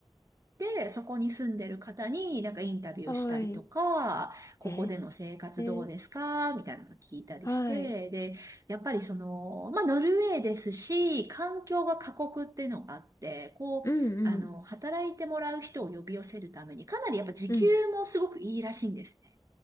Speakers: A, on the right; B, on the left.
A: で、そこに住んでる方になんかインタビューしたりとか、
B: <laughs> はい。
A: ここでの生活どうですかみたいなの聞いたりして、
B: ええ、はい。
A: で、やっぱりその、まあ、ノルウェーですし、環境が過酷っていうのがあって、こう、
B: うんうん。
A: あの、働いてもらう人を呼び寄せるために、かなりやっぱ時給もすごくいいらしいんですね。
B: うん。